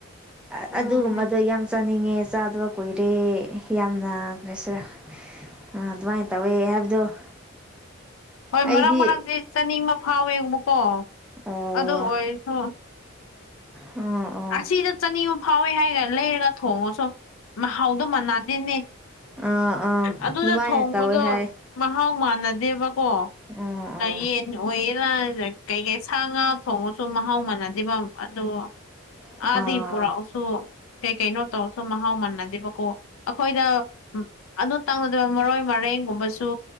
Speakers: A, on the left; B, in the centre.
A: ꯎꯝ
B: ꯑꯗꯨꯒꯨꯝꯕꯗꯣ ꯌꯥꯝ ꯆꯥꯅꯤꯡꯉꯦ ꯆꯥꯗꯕ ꯀꯨꯏꯔꯦ ꯌꯥꯝꯅ ꯀꯁꯤꯔ ꯑꯗꯨꯃꯥꯏꯅ ꯇꯧꯋꯦ ꯍꯥꯏꯕꯗꯣ
A: ꯍꯣꯏ
B: ꯑꯩꯗꯤ
A: ꯃꯔꯛ ꯃꯔꯪꯗꯤ ꯆꯅꯤ ꯑꯃ ꯐꯥꯎꯋꯦꯡꯕꯀꯣ
B: ꯑꯣ
A: ꯑꯗꯨ ꯑꯣꯏꯔꯁꯨ
B: ꯑꯣ ꯑꯣ
A: ꯑꯁꯤꯗ ꯆꯅꯤꯃ ꯐꯥꯎꯋꯦ ꯍꯥꯏꯒꯔ ꯂꯩꯔꯒ ꯊꯣꯡꯉꯁꯨ ꯃꯍꯥꯎꯗꯣ ꯃꯅꯥꯗꯦꯅꯦ
B: ꯑꯥ ꯑꯥ
A: ꯑꯗꯨꯗ
B: ꯑꯗꯨꯃꯥꯏꯅ
A: ꯊꯣꯡꯕꯗꯣ
B: ꯇꯧꯋꯦ ꯍꯥꯏ
A: ꯃꯍꯥꯎ ꯃꯥꯟꯅꯗꯦꯕꯀꯣ
B: ꯑꯣ ꯑꯣ
A: ꯌꯦꯟ ꯑꯣꯏꯌꯦꯔ ꯀꯩꯀꯩ ꯁꯥ ꯉꯥ ꯊꯣꯡꯉꯁꯨ ꯃꯍꯥꯎ ꯃꯥꯟꯅꯗꯦꯕ ꯑꯗꯨ
B: <inaudible>
A: ꯑꯗ
B: ꯑꯥ
A: ꯏ ꯄꯨ꯭ꯔꯥꯎꯁꯨꯣ ꯀꯩ ꯀꯩꯅꯣ ꯇꯧꯔꯁꯨ ꯃꯍꯥꯎ ꯃꯥꯟꯅꯗꯦꯕꯀꯣ ꯑꯩꯈꯣꯏꯗ ꯑꯗꯨ ꯇꯪꯅꯗꯕ ꯃꯔꯣꯏ ꯃꯔꯩ ꯍꯌꯦꯡꯒꯨꯝꯕꯁꯨ